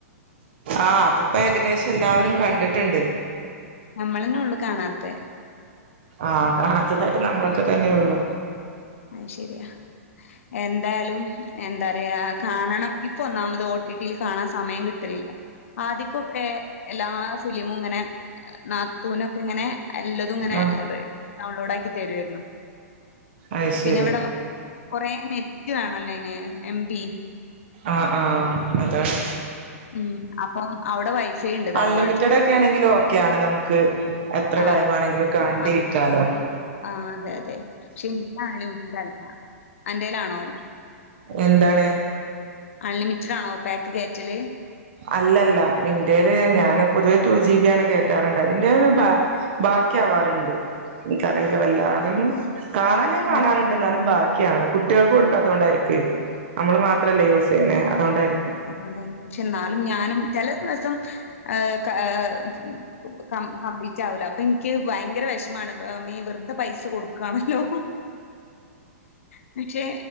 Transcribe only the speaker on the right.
ആഹ് അത്പ്പേകദേശല്ലാവരും കണ്ട് ട്ട്ണ്ട്
ആഹ് കാണാത്തതായിട്ട് നമ്മളക്കെ തന്നെയൊള്ളു
ആ
അത്
ശരി
ആഹ് ആഹ് അതാണ്
അൺലിമിറ്റഡക്കെണങ്കില് ഓക്കെയാണ് നമുക്ക് എത്ര
ടൈം ആണെങ്കിലും കണ്ടിരിക്കാലോ
എന്താണ്
അല്ലല്ല ഇന്റേല് ഞാന് പൊതുവെ ടു ജിബി ആണ് കേറ്റാറുണ്ടായെ ഇന്റെല് ബാ ബാക്കിയാവാറ്ണ്ട് എനിക്കറീല വല്ലാതൊന്നും കാണാൻ ഞാൻ കാണാറുണ്ട്
എന്നാലും ബാക്കിയാണ് കുട്ട്യാൾക്ക് കൊടുക്കാത്തത് കൊണ്ടായിരിക്കേ നമ്മള് മാത്രല്ലേ യൂസ് ചെയ്യ്ന്നേ അതോണ്ടായിരിക്കും